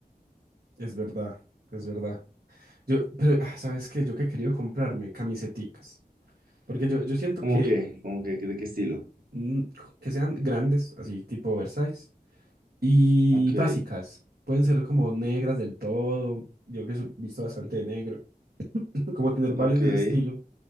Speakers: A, on the right; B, on the right.
A: es verdad, es verdad. Yo, pero, ah, ¿sabes qué? Yo que he querido comprarme camiseticas. Porque yo, yo siento
B: ¿Cómo
A: que,
B: que? ¿Cómo que? ¿De qué estilo?
A: mm, que sean grandes, así tipo Versace, y
B: Ok,
A: básicas. Pueden ser como negras del todo. Yo que he visto bastante de negro. <laughs> Como tener varios
B: ok.
A: de ese estilo.